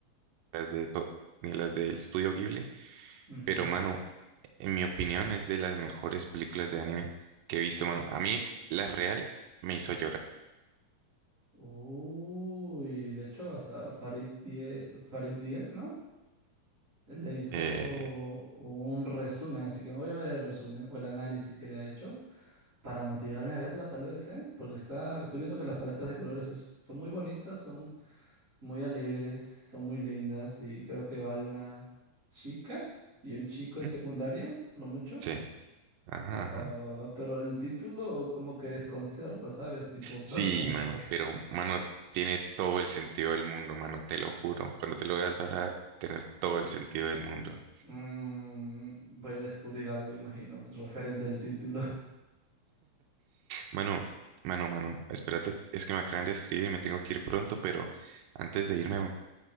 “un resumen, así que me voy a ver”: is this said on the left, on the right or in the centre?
Right